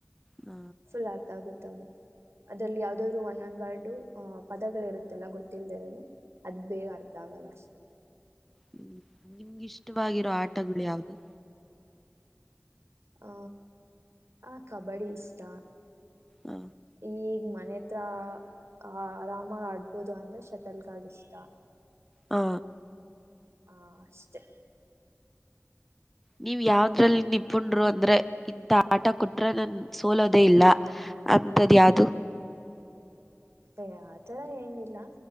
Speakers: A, in the centre; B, on the right.
A: ಹ
B: ಫುಲ್ ಅರ್ಥ ಆಗುತ್ ತ <unintelligible> ಅದ್ರಲ್ಲಿ ಯಾವ್ದಾದ್ರು ಒಂದೊಂದ್ ವರ್ಡ್ ಅಹ್ ಪದಗಳು ಇರುತ್ತಲ್ಲ ಗೊತ್ತಿಲ್ದೆ ಇರೋದು ಅದ ಬೇಗ ಅರ್ಥ ಆಗಲ್ಲ ಅಷ್ಟೆ
A: ಹ್ಮ್ ನಿಮ್ಗ ಇಷ್ಟವಾಗಿರೋ ಆಟಗಳು ಯಾವ್ದು
B: ಹ ಆ ಕಬಡ್ಡಿ ಇಷ್ಟ
A: ಹ
B: ಈಗ ಮನೆತ್ ಹತ್ರ ಆ ಆರಾಮಾಗಿ ಆಡ್ಬೋದು ಅಂದ್ರೆ ಶಟಲ್ಗಾಗಿ <unintelligible> ಇಷ್ಟ
A: ಹಾ
B: ಹಾ ಅಷ್ಟೇ
A: ನೀವ್ ಯಾವ್ದ್ರಲ್ಲಿ ನಿ <unintelligible> ಪುಣರು <unintelligible> ಅಂದ್ರೆ ಇಂತ ಆಟ ಕೊಟ್ರೆ ನನ್ ಸೋಲೋದೇ ಇಲ್ಲ ಅಂತದ ಯಾವ್ದದು
B: ಏ ಆತರ ಏನಿಲ್ಲ